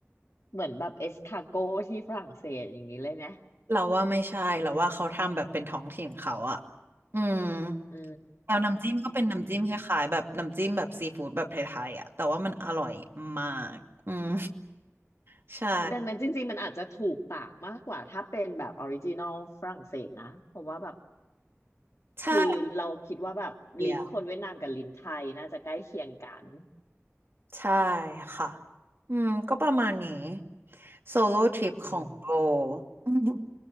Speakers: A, on the left (about 75°); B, on the right (about 55°).
A: เหมือนแบบเอสคาโกที่ฝรั่งเศสอย่างนี้เลยนะ
B: เราว่าไม่ใช่เราว่าเขาทำแบบเป็นท้องถิ่นเขาอ่ะอืม
A: อื
B: แล้วน้ำจิ้มก็เป็นน้ำจิ้มคล้ายๆแบบน้ำจิ้มแบบซีฟู้ดแบบไทยๆอ่ะแต่ว่ามันอร่อยมากอืม
A: ม
B: <laughs> ใช่
A: ดังนั้นจริงๆมันอาจจะถูกปากมากกว่าถ้าเป็นแบบออริจินอลฝรั่งเศสนะเพราะว่าแบบ
B: ใช่
A: คือเราคิดว่าแบบลิ้นคนเวียดนามกับลิ้นไทยน่าจะใกล้เคียงกัน
B: อ่ะใช่ค่ะอืมก็ประมาณนี้โซโล่ทริปของโบ
A: อืม
B: <laughs> อืม